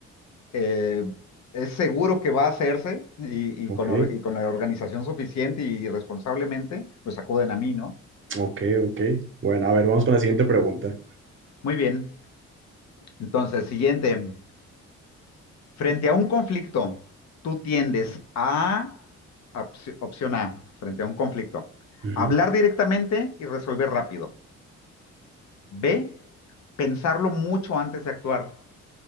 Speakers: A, on the left; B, on the right.
A: eh, es seguro que va a hacerse y, y
B: Ok.
A: con, or- y con la organización suficiente y responsablemente, pues acuden a mí, ¿no?
B: Ok, ok. Bueno, a ver, vamos con la siguiente pregunta.
A: Muy bien. Entonces, siguiente. Frente a un conflicto, tú tiendes a, opci- opción A, frente a un conflicto,
B: Ujú.
A: hablar directamente y resolver rápido. B, pensarlo mucho antes de actuar.